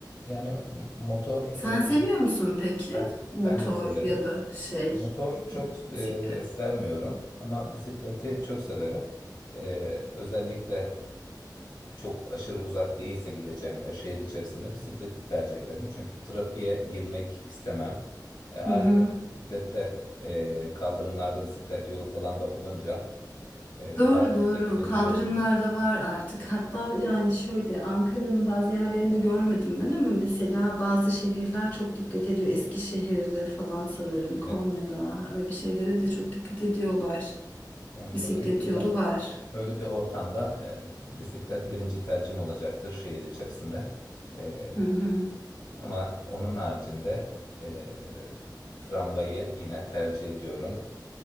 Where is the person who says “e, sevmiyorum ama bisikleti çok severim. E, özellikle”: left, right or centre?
Left